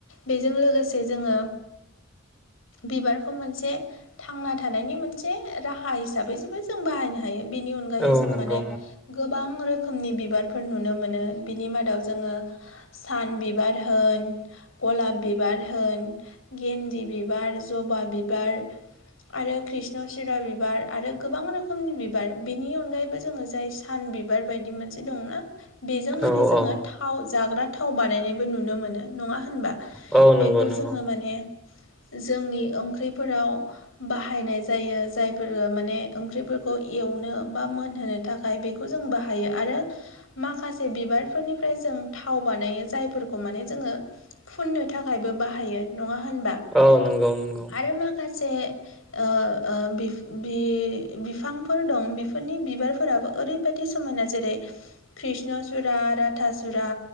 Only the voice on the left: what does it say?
बेजों लोगोसे जोङो बिबारखौ मोनसे थांना थानायनि मोनसे ओ राहा हिसाबै जेबो जों बाहायनो हायो बेनि अन अनगायै
जों
माने गोबां रोखोमनि बिबारफोर नुनो मोनो बिनि मादाव जोङो सान बिबार होन गलाब बिबार होन गेन्दि बिबार, जबा बिबार आरो कृष्ण चिरा बिबार आरो गोबां रोखोमनि बिबार बिनि अनगायैबो जोङो जायस सान बिबार बायदि मोनसे दंना बेजों माने
जोङो
थाव जाग्रा थाव बानायनायबो नुनो मोनो नङा होनबा
बेखौ
जोङो माने जोंनि ओंख्रिफोराव बाहायनाय जायो जायफोरो माने ओंख्रिफोरखौ एवनो बा मोनहोनो थाख खाय बेखौ जों बाहायो आरो माखासे बिबारफोरनिफ्राय जों थाव बानायो जायफोरखौ माने जोङो फुननो थाखायबो बाहायो नङा होनबा?
आरो माखासे ओ ओ बिफ बि बिफांफोर दं बिफोरनि बिबारफोराबो ओरै बादि समायना जेरै कृष्ण सुरा, राथासुरा,